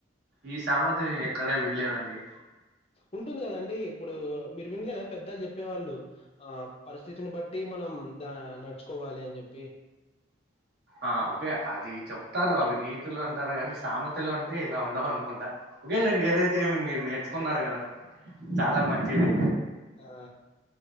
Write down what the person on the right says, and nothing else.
ఈ సామెత నేనెక్కడ వినలేదండి
ఆ ఓకే అది చొప్తారు అవి నీతులు అంటారు గాని సామతలు అంటే ఇలా ఉండవు అనుకుంటా ఒకేలేండి ఏదైతే ఏమి మీరు నేర్చుకున్నారు గదా చాలా మంచిది